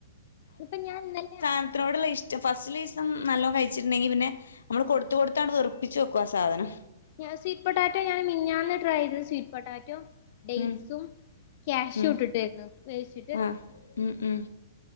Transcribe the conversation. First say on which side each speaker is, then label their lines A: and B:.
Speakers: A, on the left; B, on the left.
A: ഇപ്പൊ ഞാൻ ഇന്നലെ -
B: ണത്തോടുള്ള ഇഷ്ടം, ഫസ്റ്റ്ലേസം നല്ലോ കഴിച്ചിട്ട് ണ്ടെങ്കി പിന്നെ, മ്മള് കൊടുത്ത്കൊടുത്താണ്ട് വെറു ചോക്കു ആ സാധനം.
A: ഞാ സ്വീറ്റ് പൊട്ടാറ്റോ, ഞാൻ മിഞ്ഞാന്ന് ട്രൈയെയ്തത് സ്വീറ്റ്പൊട്ടാറ്റോ. ഡേറ്റ്സും
B: ഉം
A: ക്യാഷും
B: ഉം
A: ട്ട്ട്ടെയ്നു വേവിച്ചിട്ട്.
B: ആഹ് ഉം ഉം